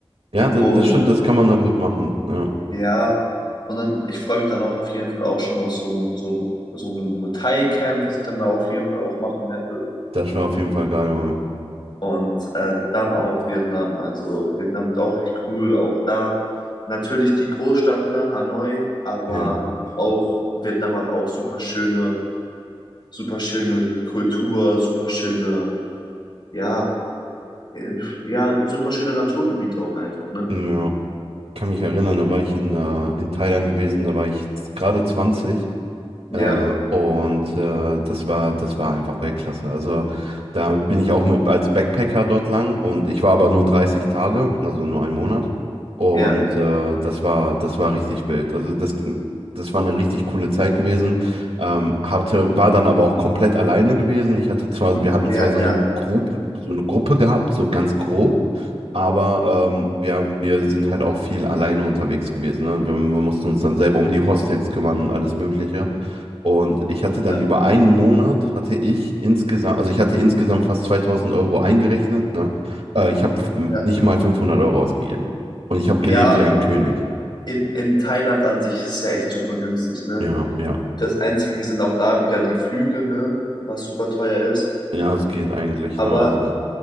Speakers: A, on the right (about 85°); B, on the left (about 50°).
A: Ja, das,
B: Und
A: das stimmt, das kann man da gut machen. Ja,
B: ja, und dann, ich freue mich dann auch auf jeden Fall auch schon auf so ein, so ein, so ein Muay Thai-Camp, was ich dann da auf jeden Fall auch machen werde.
A: das war auf jeden Fall geil. Junge.
B: Und äh, dann auch Vietnam. Also Vietnam wird auch echt cool. Auch da natürlich die Großstadt, ne, Hanoi, aber
A: Ja,
B: auch Vietnam hat auch super schöne, super schöne Kultur, super schöne, ja, äh, ja, super schöne Naturgebiete auch einfach, ne?
A: mm, ja. Kann mich erinnern, da war ich in, äh, in Thailand gewesen, da war ich z- gerade 20.
B: Ja,
A: Äh, und äh, das war, das war einfach Weltklasse. Also da bin ich auch mit als Backpacker dort lang und ich war aber nur 30 Tage, also nur einen Monat. Und
B: ja,
A: äh, das war, das war richtig wild. Also das, das war eine richtig coole Zeit gewesen. Ähm, hatte, war dann aber auch komplett alleine gewesen. Ich hatte zwar, wir hatten
B: ja,
A: zwar so eine
B: ja,
A: Gruppe, so eine Gruppe gehabt, so ganz grob. Aber ähm, wir, wir sind halt auch viel alleine unterwegs gewesen. Ne? Wir, wir mussten uns dann selber um die Hostels kümmern und alles Mögliche. Und ich hatte dann
B: ja,
A: über einen Monat, hatte ich insgesamt, also ich hatte insgesamt fast 2000 Euro eingerechnet, ne? Äh, ich habe
B: ja.
A: nicht mal 500 Euro ausgegeben. Und ich habe gelebt
B: Ja,
A: wie ein König.
B: in, in Thailand an sich ist es ja echt super günstig, ne?
A: Ja, ja.
B: Das Einzige sind auch da wieder die Flüge, ne? Was super teuer ist.
A: Ja, es geht eigentlich,
B: Aber
A: ne? Also